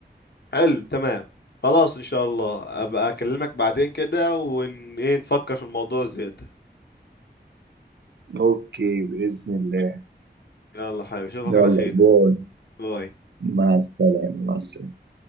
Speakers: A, on the left; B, on the right.
A: حلو تمام خلاص ان شاء الله ابقى اكلمك بعدين كده ون ايه نفكر في الموضوع زيادة
B: اوكي باذن الله
A: يلا حبيبي اشوفك
B: يلا
A: على خير
B: باي
A: باي
B: مع السلامه مع السلامه